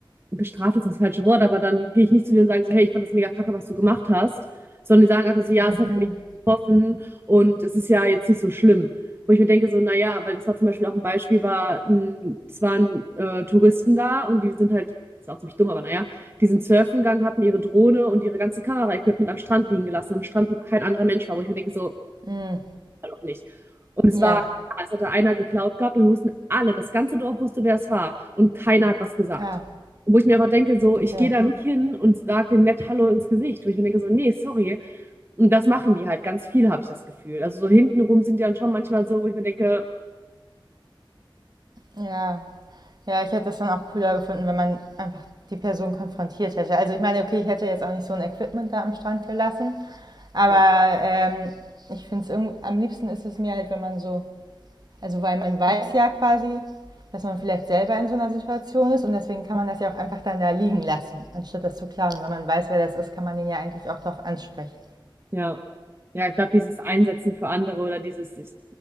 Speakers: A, on the right; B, on the right.
A: bestraft ist das falsche Wort, aber dann gehe ich nicht zu dir und sage so, hey, ich fand das mega kacke, was du gemacht hast, sondern die sagen einfach so, ja,
B: Mhm.
A: es hat mich getroffen und es ist ja jetzt nicht so schlimm. Wo ich mir denke, so, naja, weil das war zum Beispiel auch ein Beispiel, war, ein- es waren äh, Touristen da und die sind halt, ist auch ziemlich dumm, aber naja, die sind surfen gegangen, hatten ihre Drohne und ihre ganzen Kamera-Equipment am Strand liegen gelassen, am Strand, wo kein anderer Mensch war, wo ich mir denke, so,
B: Mhm.
A: Fall auch nicht. Und es war,
B: Ja,
A: ja, es hatte einer geklaut gehabt und wir wussten alle, das ganze Dorf wusste, wer es war. Und keiner hat was gesagt.
B: ah,
A: Wo ich mir einfach denke, so,
B: okay.
A: ich gehe da nicht hin und sage denen nett Hallo ins Gesicht. Wo ich mir denke, so, nee, sorry. Und das machen die halt ganz viel, habe ich das Gefühl. Also so hintenrum sind die dann schon manchmal so, wo ich mir denke,
B: Ja. Ja, ich hätte das dann auch cooler gefunden, wenn man einfach die Person konfrontiert hätte. Also ich meine, okay, ich hätte jetzt auch nicht so ein Equipment da am Strand gelassen, aber
A: Ja.
B: ähm, ich finde es irgend- am liebsten ist es mir halt, wenn man so, also weil man weiß ja quasi, dass man vielleicht selber in so einer Situation ist und deswegen kann man das ja auch einfach dann da liegen lassen, anstatt das zu klauen. Und wenn man weiß, wer das ist, kann man den ja eigentlich auch darauf ansprechen.
A: ja, ja, ich glaube, dieses Einsetzen für andere oder dieses, dieses